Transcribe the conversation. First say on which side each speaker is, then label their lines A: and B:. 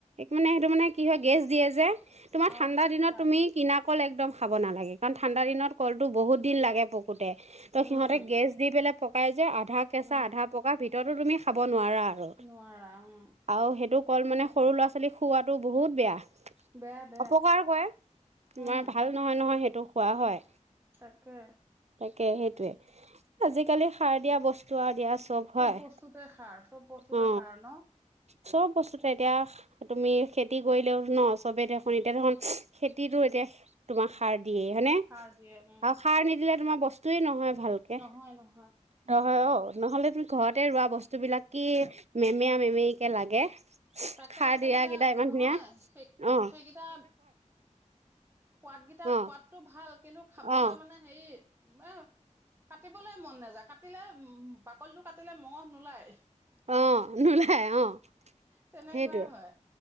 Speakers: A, on the right; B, on the right.
A: মানে সেইটো মানে কি হয় গেছ দিয়ে যে তোমাৰ
B: অ',
A: ঠাণ্ডা
B: সেইটো
A: দিনত
B: কাৰণে।
A: তুমি কিনা কল একদম খাব নালাগে, কাৰণ ঠাণ্ডা দিনত কলটো বহুত দিন লাগে পক ফুতে, ত'
B: উম,
A: সিহঁতে দি পেলাই পকাই যে, আধ আধা কেঁচা,
B: উম,
A: আধা পকা ভিতৰত। আৰু তুমি খাব নোৱাৰা আৰু,
B: নোৱাৰা উম,
A: আও হেটো। কল মানে সৰু ল'ৰা ছোৱালীক খওোৱাটো বহুত বেয়া।
B: বেয়া বেয়া।
A: অপকাৰো কৰে, তোমাৰ
B: উম,
A: ভাল নহয়-নহয় হে। খোৱা হয়।
B: তাকে
A: তাকে সেইটোৱে। আজিকালি সাৰ দিয়া বস্তু। আৰু দিয়া চব হয়!
B: বস্তুতে সাৰ, চব বস্তুতে
A: অ
B: সাৰ ন?
A: চব বস্তুতে এতিয়া তুমি খেতি কৰিলেও ন চবেই দেখোন এতিয়া দেখোন খেতিতো এতিয়া তোমাক সাৰ। দিয়ে হয়নে
B: সাৰ দিয়ে উম,
A: আৰু সাৰ নিদিলে তোমাৰ বস্তু। সেইটো নহয় এহ!
B: নহয় নহয়
A: নহয় অ নহলে তুমি ঘৰতে ৰোৱা বস্তু বিলাক কি মেমেয়া মেমেয়ী কে লাগে।
B: তাকে
A: খাৰ
B: সেইকেইটা
A: দিয়া কেইটা ইমান
B: নহয়
A: ধুনীয়া
B: সেই
A: অ
B: সেইকেইটা। সোৱাদ গেইটা
A: অ
B: সোৱাদতটো ভাল খাবলৈ
A: অ
B: মানে হেৰি ম খাতে কাটিবলৈ মন নাযায় কাটিলে উম, বাকলটো কাটিলে মঙহ নোলায়।
A: অ', নোলায় অ',
B: তেনেকুৱাই
A: সেইটোৱে
B: হয়,